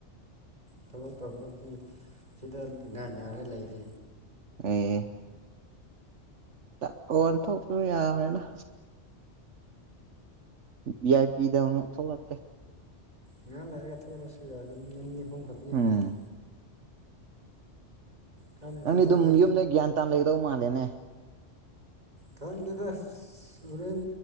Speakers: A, on the right; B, on the right.
A: ꯊꯕꯛ ꯇꯧꯒꯗꯕꯗꯤ ꯁꯤꯗ ꯉꯥꯏꯅꯥꯔꯒ ꯂꯩꯔꯤ
B: ꯑꯦ ꯇꯥꯛ ꯑꯣꯟꯊꯣꯛꯄꯗꯨ ꯌꯥꯔꯣꯏ ꯗꯥ ꯕꯤ ꯑꯥꯏ ꯄꯤꯗꯎꯅ ꯊꯧꯂꯛꯦ
A: ꯉꯍꯥ ꯂꯩꯔꯒ ꯊꯣꯛꯂꯛ ꯑꯥꯁꯨ ꯌꯥꯏꯗꯦ ꯃꯤ ꯑꯅꯤ ꯑꯍꯨꯝ ꯈꯛꯇꯪ ꯉꯥꯏꯔꯤꯗ
B: ꯎꯝ
A: ꯀꯥꯟꯗ
B: ꯅꯪꯗꯤ
A: ꯊꯕꯛꯁꯨ
B: ꯑꯗꯨꯝ ꯌꯨꯝꯗ ꯒ꯭ꯌꯥꯟ ꯇꯥꯥꯟ ꯂꯩꯒꯗꯧ ꯃꯥꯜꯂꯦꯅꯦ
A: ꯈꯪꯗꯦꯗ ꯍꯣꯔꯦꯟ